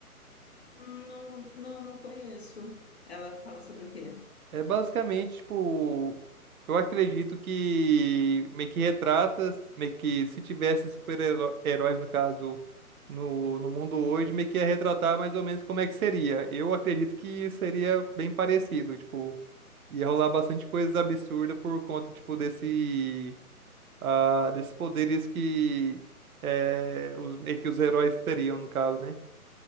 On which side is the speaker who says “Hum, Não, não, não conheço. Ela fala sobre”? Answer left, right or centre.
Left